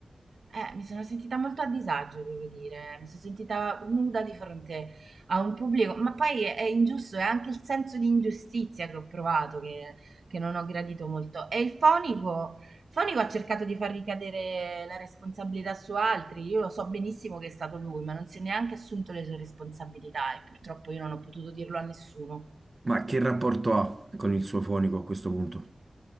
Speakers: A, on the right; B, on the right.
A: Eh, mi sono sentita molto a disagio, devo dire, mi sono sentita nuda di fronte a un pubblico, ma poi è, è ingiusto, è anche il senso di ingiustizia che ho provato, che, che non ho gradito molto. E il fonico, il fonico ha cercato di far ricadere la responsabilità su altri, io lo so benissimo che è stato lui, ma non si è neanche assunto le sue responsabilità e purtroppo io non ho potuto dirlo a nessuno.
B: Ma che rapporto ha con il suo fonico a questo punto?